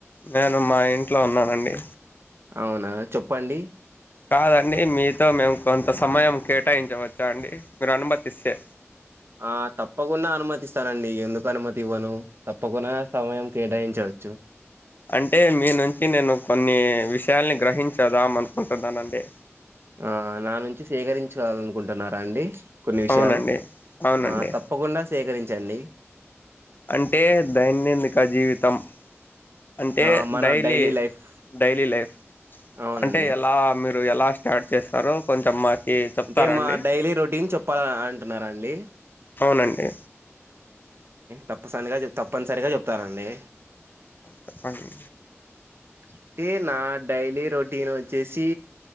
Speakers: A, on the left; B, on the right.
A: నేను మా ఇంట్లో ఉన్నానండి
B: అవునా చెప్పండి
A: కాదండి మీతో మేము కొంత సమయం కేటాయించవచ్చ అండి మీరు అనుమతిస్తే
B: ఆ తప్పకుండా అనుమతిస్తానండి ఎందుకు అనుమతి ఇవ్వను తప్పకుండ సమయం కేటాయించవచ్చు
A: అంటే మీ నుంచి నేను కొన్ని విషయాలని గ్రహించేద్దాం అనుకుంటున్నానండి
B: ఆ నా నుంచి సేకరించుకోవాలనుకుంటున్నారా అండి కొన్ని విషయాలు
A: అవునండి అవునండి
B: ఆ తప్పకుండా సేకరించండి
A: అంటే దైనందిక జీవితం అంటే
B: ఆ మన
A: డైలీ
B: లైఫ్
A: డైలీ లైఫ్
B: అవునండి
A: అంటే ఎలా ఎలా స్టార్ట్ చేస్తారు కొంచెం చెప్తారాండి
B: అంటే మా డైలీ రొటీన్ చెప్పాల అంటున్నా అండి
A: అవునండి
B: తప్పసరిగా తప్పనిసరిగా చెప్తానండి
A: చెప్పండి
B: అంటే నా డైలీ రొటీన్ వచ్చేసి